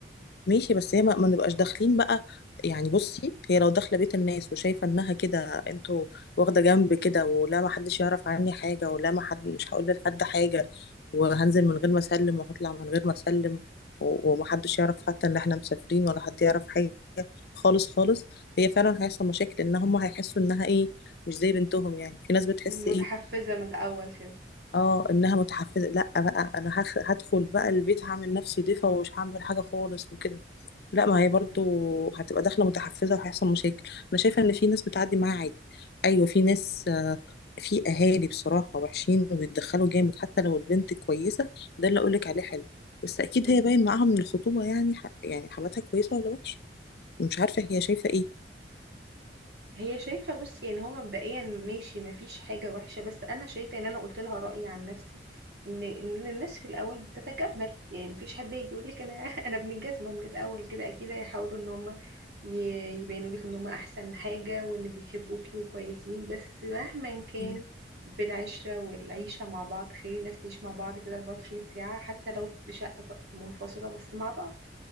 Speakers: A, on the left (about 60°); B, on the right (about 65°).
A: ماشي بس هي ما ما نبقاش داخلين بقى يعني بصي هي لو داخله بيت الناس وشايفه انها كده انتوا واخده جنب كده ولا ما حدش يعرف عني حاجه ولا ما حد مش هقول لحد حاجه وهنزل من غير ما اسلم وهطلع من غير ما اسلم و- ومحدش يعرف حتى ان احنا مسافرين ولا حد يعرف حاجه خالص خالص هي فعلا هيحصل مشاكل ان هم هيحسوا انها ايه مش زي بنتهم يعني في ناس بتحس
B: متحفزة
A: ايه
B: من الأول كده
A: اه انها متحفزه لا بقى انا هخ- هدخل بقى البيت هعمل نفسي ضيفه ومش هعمل حاجه خالص وكده لا ما هي
B: مم.
A: برضو هتبقى داخله متحفزه وهيحصل مشاكل انا شايفه ان في ناس بتعدي معاها عادي ايوه في ناس آه، في اهالي بصراحه وحشين وبيتدخلوا جامد حتى لو البنت كويسه ده اللي اقولك عليه حلو بس اكيد
B: مم.
A: هي باين معاها من الخطوبه يعني ح... يعني حماتها كويسه ولا وحشه مش عارفه هي شايفه ايه
B: هي شايفة بص يعني هو مبدئيا ماشي مفيش حاجة وحشة بس أنا شايفة إن أنا قلت لها رأيي عن نفسي إن إن الناس في الأول بتتجمل يعني مفيش حد يجي يقول لك أنا <laughs> أنا ابن الجزمة من الأول كده أكيد هيحاولوا إن هم ي- يبينوا لك إن هم أحسن حاجة وإن بيحبوكي وكويسين بس مهما كان
A: مم.
B: بالعشرة والعيشة مع بعض خلي الناس تعيش مع بعض كده 24 ساعة حتى لو في شقة منفصلة بس مع بعض